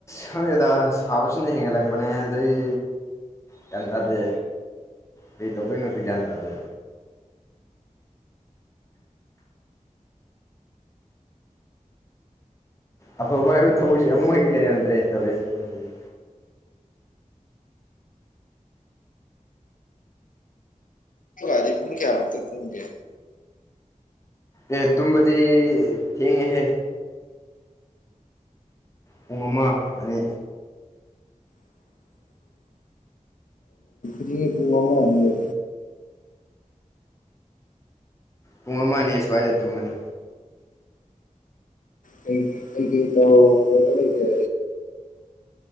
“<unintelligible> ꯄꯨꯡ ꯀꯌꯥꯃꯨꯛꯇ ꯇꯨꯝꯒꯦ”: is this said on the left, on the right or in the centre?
Left